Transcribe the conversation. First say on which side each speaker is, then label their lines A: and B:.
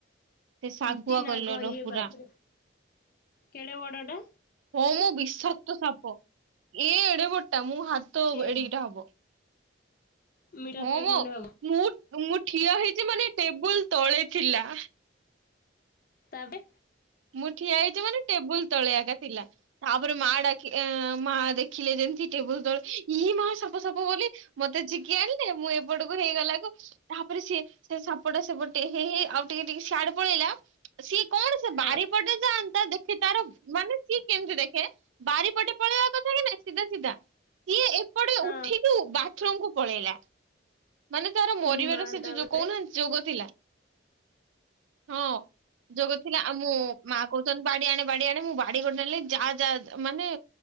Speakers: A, on the right; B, on the left.
A: ସେ ଶାଗୁଆ
B: ଚିଟି ନାଗ
A: କଲର
B: ଇଏ
A: ପୁରା।
B: ବାପରେ କେଡେ ବଡଟା
A: ହଁ ମୋ ବିଶାକ୍ତ ସାପ ଏ ଏଡେ ବଡଟା ମୁଁ ହାତ
B: ଏଇ
A: ଏଡିକି ଟା ହବ।
B: ମିଟରଟେ
A: ହଁ ମୋ
B: ଖଣ୍ଡେ ହବ
A: ମୁଁ -ମୁଁ ଠିଆ ହେଇଛି ମାନେ ଟେବୁଲ ତଳେ ଥିଲା।
B: ତା ଏବେ
A: ମୁଁ ଠିଆ ହେଇଛି ମାନେ ଟେବୁଲ ତଳେ ଏକା ଥିଲା। ତାପରେ ମା ଡାକି ଅ ମା ଦେଖିଲେ ଯେମିତି ଟେବୁଲ ତଳେ ଇ ମା ସାପ ସାପ ବୋଲି ମତେ ଝିଙ୍କି ଆଣିଲେ। ମୁଁ ଏପଟକୁ ହେଇଗଲା କୁ ତାପରେ ସିଏ ସେ ସାପଟା ସେପଟେ ହେ ହେ ଆଉ ଟିକେ ଟିକେ ସିଆଡେ ପଳେଇଲା ସିଏ କଣ ବାରି
B: ହଁ
A: ପଟେ ଯାଆନ୍ତା ଦେଖ ସେ ତାର ମାନେ ସିଏ କେମିତି ଦେଖେ ବାରି ପଟେ ପଳେଇବା କଥା କି ନା ସିଧା ସିଧା? ଇଏ ଏପଟେ ଉଠିକୁ
B: ହଁ
A: ବାଥରୁମ କୁ ପଳେଇଲା। ମାନେ ତାର ମରିବାର
B: ଏ ମା
A: ସେ
B: ତାପରେ
A: ଯୋ କହୁନାହାନ୍ତି ଯୋଗ ଥିଲା। ହଁ ଯୋଗ ଥିଲା। ଆଉ ମୁଁ ମା କହୁଛନ୍ତି ବାଡି ଆଣେ ବାଡି ଆଣେ ମୁଁ ବାଡି ଗୋଟେ ନେଲି ଯାହା ଯାହା ମାନେ